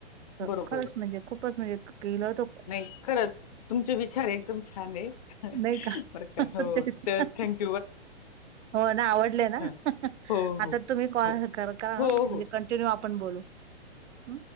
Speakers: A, on the right; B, on the left.
A: का
B: बरोबर
A: खरंच
B: आहे
A: म्हणजे खूपच म्हणजे गेला होतो.
B: नाही खरच तुमचे विचारे एकदम छान आहे
A: नाही का
B: बर का हो
A: तेच
B: तर
A: ना.
B: थँक्
A: हो ना आवडले ना
B: हां हो हो
A: आता तुम्ही कॉल
B: हो
A: कर का
B: हो
A: करा हा
B: हो
A: म्हणजे
B: हो
A: कंटिन्यू आपण बोलू. हं.